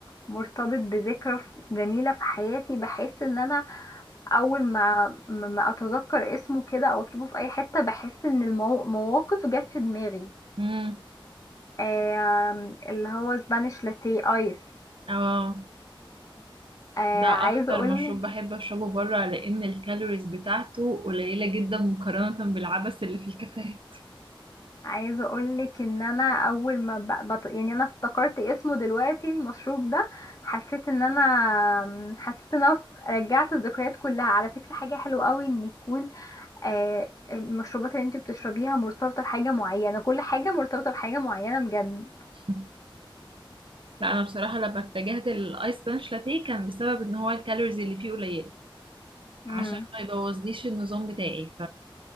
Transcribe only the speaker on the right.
امم
اه
ده
اكتر
مشروب بحب اشربه بره لان الكالوريز بتاعته قليله جدا مقارنه بالعبث اللي في الكافيهات
<laughs> لا انا بصراحه لما اتجهت للايس بانش لاتيه كان بسبب ان هو الكالوريز اللي فيه قليله
عشان ما يبوظليش النظام بتاعي